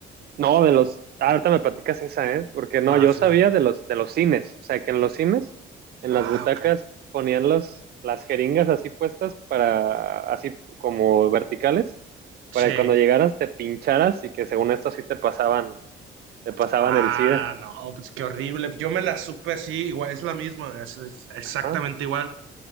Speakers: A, on the right (about 50°); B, on the right (about 85°).
A: No, de los... ah, ahorita me platicas esa, ¿eh? Porque no,
B: Batman.
A: yo sabía de los, de los cines. O sea, que en los cines, en
B: Ah,
A: las butacas,
B: ok.
A: ponían los, las jeringas así puestas para, así como verticales,
B: Sí.
A: para que cuando llegaras te pincharas y que según esto así te pasaban, te pasaban
B: Ah,
A: el SIDA.
B: no, pues qué horrible. Yo me la supe así, igual, es la misma, es, es exactamente
A: Ajá,
B: igual.